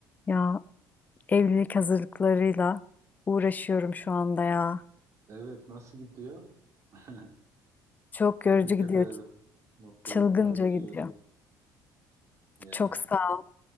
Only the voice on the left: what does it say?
Ya evlilik hazırlıklarıyla uğraşıyorum şu anda ya.
Çok
yorucu gidiyor,
çılgınca
gidiyor.
Çok sağ ol